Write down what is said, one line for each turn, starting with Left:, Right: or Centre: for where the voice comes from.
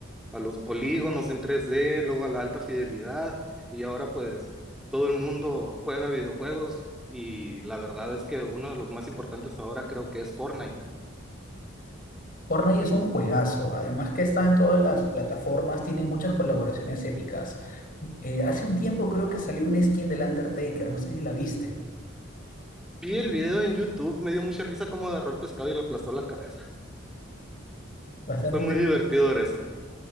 Centre: a los polígonos en 3D, luego a la alta fidelidad y ahora pues todo el mundo juega videojuegos y la verdad es que uno de los más importantes ahora creo que es Fortnite.
Left: Fortnite es un juegazo, además que está en todas las plataformas, tiene muchas colaboraciones épicas. Eh, hace un tiempo creo que salió una skin del Undertaker, no sé si la viste.
Centre: Vi el video en YouTube, me dio mucha risa cómo agarró el pescado y le aplastó la cabeza.
Left: Bastante
Centre: Fue
Left: interesante.
Centre: muy divertido ver eso.